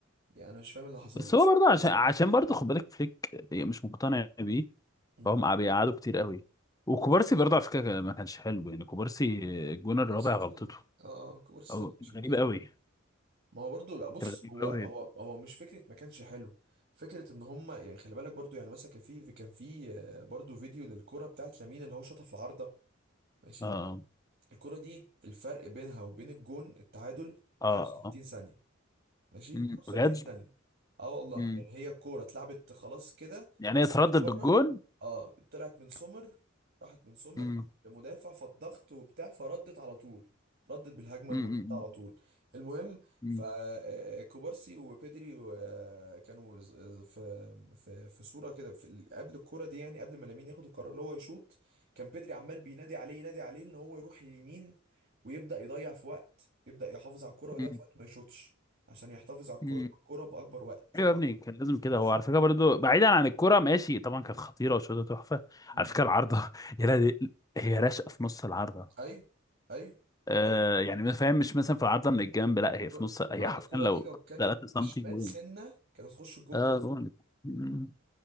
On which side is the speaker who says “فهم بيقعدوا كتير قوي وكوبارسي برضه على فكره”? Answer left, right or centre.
Left